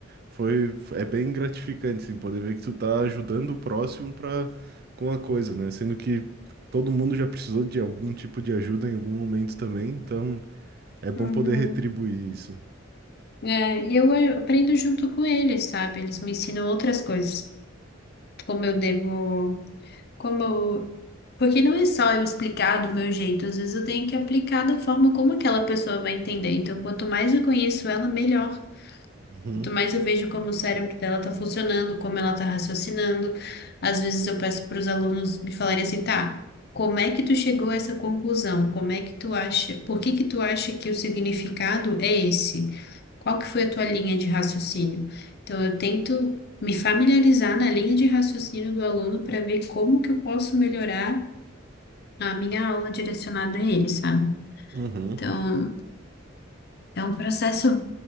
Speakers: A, on the right; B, on the left.
A: Foi, é bem gratificante, assim, poder ver que tu tá ajudando o próximo pra, com a coisa, né? Sendo que todo mundo já precisou de algum tipo de ajuda em algum momento também, então é bom
B: Uhum.
A: poder retribuir isso.
B: É, e eu a- aprendo junto com eles, sabe? Eles me ensinam outras coisas, como eu devo, como eu... Porque não é só eu explicar do meu jeito, às vezes eu tenho que aplicar da forma como aquela pessoa vai entender. Então, quanto mais eu conheço ela, melhor.
A: Uhum,
B: Quanto mais eu vejo como o cérebro dela tá funcionando, como ela tá raciocinando, às vezes eu peço para os alunos me falarem assim, tá, como é que tu chegou a essa conclusão? Como é que tu acha, por que que tu acha que o significado é esse? Qual que foi a tua linha de raciocínio? Então eu tento me familiarizar na linha de raciocínio do aluno para ver como que eu posso melhorar a minha aula direcionada a ele, sabe?
A: uhum.
B: Então, é um processo,